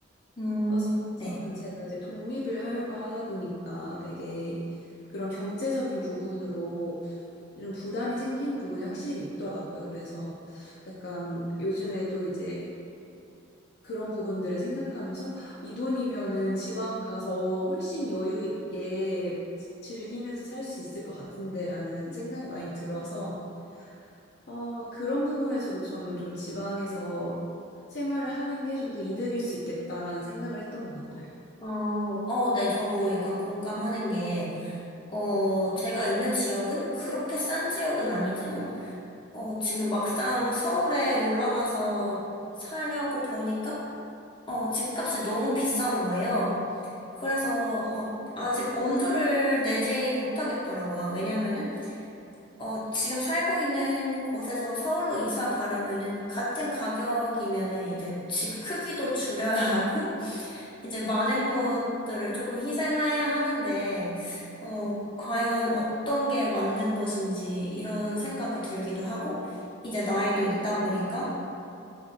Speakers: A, on the left (about 25°); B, on the left (about 55°).
A: 음,
B: 어,
A: 네.
B: 서울에서는 제가 이제 독립을 하려고 하다 보니까 되게 그런 경제적인 부분으로 좀 부담이 생기는 부분이 확실히 있더라고요. 그래서 약간 요즘에도 이제 그런 부분들을 생각하면서 이 돈이면은 지방 가서 훨씬 여유 있게 즐기면서 살 수 있을 것 같은데라는 생각이 많이 들어서 어, 그런 부분에서도 저는 좀 지방에서 생활을 하는 게 좀 더 이득일 수 있겠다라는 생각을 했던 것 같아요.
A: 어, 어, 네, 저도 약간 공감하는 게, 어, 제가 있는 지역은 그렇게 싼 지역은 아니지만, 어, 지금 막상 서울에 올라가서 살려고 보니까, 어, 집값이 너무 비싼 거예요. 그래서 어, 아직 엄두를 내지 못하겠더라고요. 왜냐면은 어, 지금 살고 있는 곳에서 서울로 이사 가려면은 같은 가격이면은 이제 집 크기도 줄여야 하고 <laughs> 이제 많은 것들을 조금 희생해야 하는데 어, 과연 어떤 게 맞는 것인지 이런 생각이 들기도 하고 이제 나이도 있다 보니까